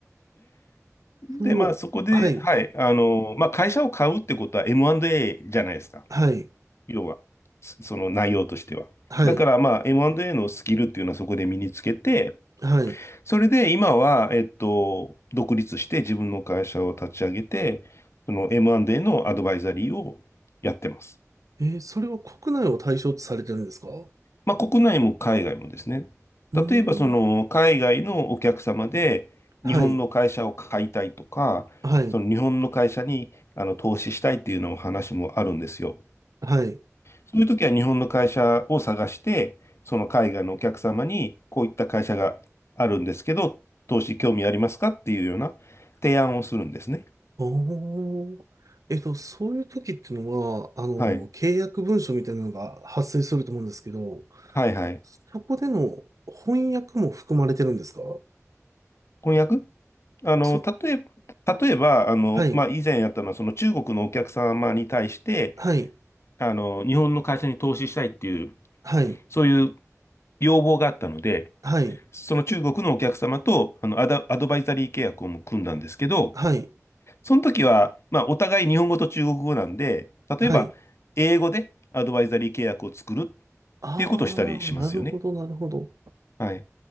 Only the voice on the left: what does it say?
で、まあ、そこで、
はい、あの、まあ、会社を買うってことは M&A じゃないですか。
要は、そその内容としては。
だから、まあ、M&A のスキルっていうのはそこで身につけて、
それで今は、えっと、独立して自分の会社を立ち上げて、その M&A のアドバイザリーをやってます。
まあ、国内も海外もですね。
例えば、その、海外のお客様で、
日本の会社を買いたいとか、
その日本の会社にあの投資したいっていうのを話もあるんですよ。
そういう時は日本の会社を探して、その海外のお客様にこういった会社があるんですけど、投資興味ありますかっていうような提案をするんですね。
はい。
はいはい。
翻訳あの、
例えば、例えば、あの、
まあ、以前やったのは、その中国のお客様に対して、
あの、日本の会社に投資したいっていう、
そういう要望があったので、
その中国のお客様とあのアド、アドバイザリー契約をも組んだんですけど、
その時は、まあ、お互い日本語と中国語なんで、
例えば、英語でアドバイザリー契約を作るっ
ていうことをしたりしますよね。
はい。